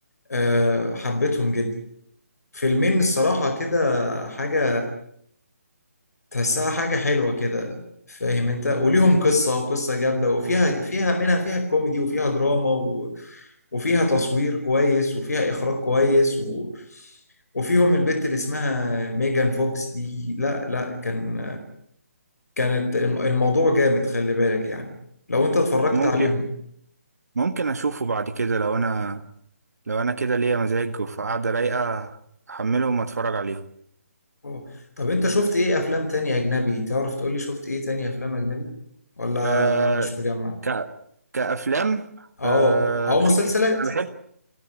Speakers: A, on the left (about 85°); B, on the right (about 85°).
A: أه حبيتهم جدا فيلمين الصراحه كده حاجه تحسها حاجه حلوه كده فاهم انت وليهم قصه وقصه جامده وفيها فيها منها فيها كوميدي وفيها دراما و... وفيها تصوير كويس وفيها اخراج كويس و... وفيهم البت اللي اسمها ميجان فوكس دي لا لا كان كانت الم- الموضوع جامد خلي بالك يعني لو انت اتفرجت
B: ممكن
A: عليهم
B: ممكن اشوفه بعد كده لو انا لو انا كده ليا مزاج وفي قعده رايقه احملهم واتفرج عليهم
A: اه طب انت شفت ايه افلام تانية اجنبي تعرف تقولي شفت ايه تانية افلام اجنبي ولا
B: أه
A: مش مجمع
B: ك كافلام
A: اه
B: أه
A: او
B: شوف
A: مسلسلات
B: انا بحب